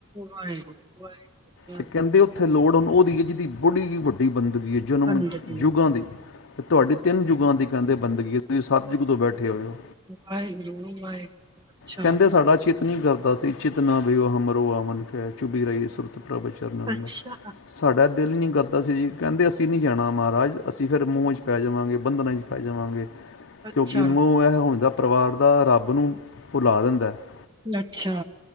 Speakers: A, on the right (about 20°); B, on the left (about 55°).
A: ਵਾਹਿਗੁਰੂ ਵਾਹਿਗੂਰੁ
B: ਤੇ ਕਹਿੰਦੇ ਉੱਥੇ ਲੋੜ ਹੁਣ ਉਹਦੀ ਹੈ ਜਿਹਦੀ ਬੜੀ ਵੱਡੀ ਬੰਦਗੀ ਹੈ ਜਨਮ
A: ਬੰਦਗੀ
B: ਯੁਗਾਂ
A: ਵਾਹਿਗੁਰੂ
B: ਦੀ ਤੁਹਾਡੇ ਤਿੰਨ ਯੁਗਾਂ ਦੀ ਕਹਿੰਦੇ ਜਿਥੇ ਬੰਦਗੀ ਹੈ ਤੁਸੀਂ ਸਤ ਯੁੱਗ ਤੋਂ ਬੈਠੇ ਹੋਏ ਹੋ।
A: ਵਾਹਿਗੁਰੂ ਵਾਹਿਗੁਰੂ ਅੱਛਾ,
B: ਕਹਿੰਦੇ ਸਾਡਾ ਚਿਤ ਕਰਦਾ ਸੀ ਜਿਤਨਾ ਵੀ ਉਹ ਹਮਰੋ ਅਵਨ ਕਹਿ ਚੁਭੀ ਰਹੀ ਸੁਰਤ ਪ੍ਰਭ ਚਰਨਨ
A: ਅੱਛਾ,
B: ਸਾਡਾ ਦਿਲ ਨਹੀ ਕਰਦਾ ਦਾਸੀ ਜੀ ਕਹਿੰਦੇ ਅਸੀਂ ਨੀ ਜਾਣਾ ਮਹਾਰਾਜ ਅਸੀਂ ਫਿਰ ਮੂੰਹ ਚ ਪੈ ਜਾਵਾਂਗੇ ਬੰਧਨਾ ਵਿੱਚ ਪੈ ਜਾਵਾਂਗੇ।
A: ਅੱਛਾ,
B: ਕਿਉਂਕਿ ਮੋਹ ਐ ਹੋਂਦਾ ਪਰਿਵਾਰ। ਦਾ ਰੱਬ ਨੂੰ ਭੁਲਾ ਦਿੰਦਾ। ਤਾਂ <unintelligible>
A: ਅੱਛਾ